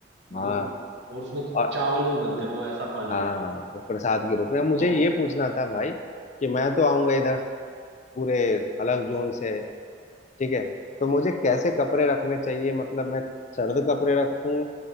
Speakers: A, on the right; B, on the left.
A: मतलब
B: हाँ हाँ।
A: इत- और उसमें
B: और
A: चावल भी बनते हैं वो ऐसा पानी
B: हाँ
A: है
B: वो प्रसाद के रूप में अब मुझे
A: और
B: ये पूछना था भाई कि मैं तो आऊंगा इधर पूरे अलग जोन से ठीक है तो मुझे कैसे कपड़े रखने चाहिए मतलब मैं सर्द कपड़े रखूं